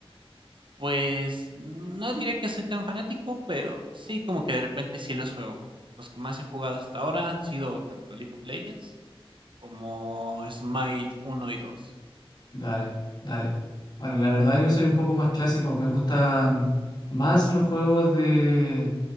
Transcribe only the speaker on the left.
Dale, dale. Bueno, la verdad yo soy un poco más clásico, me gustan más los juegos de,